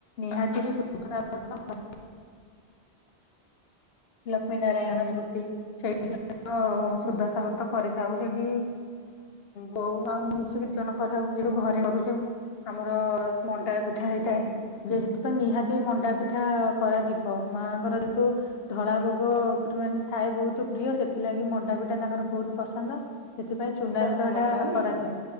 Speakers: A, on the left; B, on the right.
A: ନିହାତି ବି <unintelligible> ଲକ୍ଷ୍ମୀ ନାରାୟଣ ମୂର୍ତ୍ତି ସେଇଠି।
B: ହୁଁ
A: ସୁଦଶାବ୍ରତ କରିଥାଉ ସେଠି ବୋଉ ଆଉ ମୁଁ ମିଶିକି ଦି ଜଣ କଥା <unintelligible> ଯୋଉ ଘରେ କରୁଛୁ। ଆମର ମ ଣ୍ଡା ପିଠା ହେଇଥାଏ,
B: ହୁଁ
A: ଯେହେତୁ ତ ନିହା ଲି ମଣ୍ଡା ପିଠା କରାଯିବ। ମାଆଙ୍କର ଯେହେତୁ ଧଳା ଭୋଗ <unintelligible> ଥାଏ ବହୁତ ପ୍ରିୟ ସେଥିଲାଗି ମଣ୍ଡାପିଠା ତାଙ୍କର ବହୁତ ପସନ୍ଦ। ସେଥିପାଇଁ ଚୁନାରେ
B: ଦଶ
A: ତ ହେଇଟା
B: ମଣ୍ଡା ନା
A: କରାଯାଏ।